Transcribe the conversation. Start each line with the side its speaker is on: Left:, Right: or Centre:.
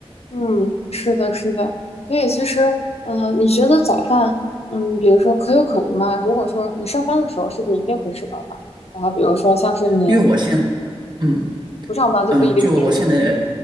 Left: 嗯，是的，是的，所以其实，嗯、你觉得早饭，嗯，比如说可有可无嘛？如果说你上班的时候，是不是一定会吃早饭？然后比如说像是你
Right: 因为我现嗯。
Left: 不上班就不一定吃了
Right: 嗯，就我现在